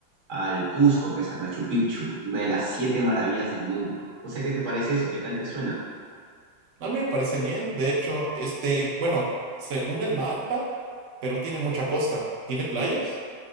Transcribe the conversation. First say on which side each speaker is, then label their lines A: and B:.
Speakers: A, on the right (about 45°); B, on the right (about 80°).
A: al Cusco, pues al Machu Picchu, una de las siete maravillas del mundo. O sea, ¿qué te parece eso? ¿Qué tal te suena?
B: A mí me parece bien. De hecho, este, bueno, según el mapa, pero tiene mucha costa. ¿Tiene playas?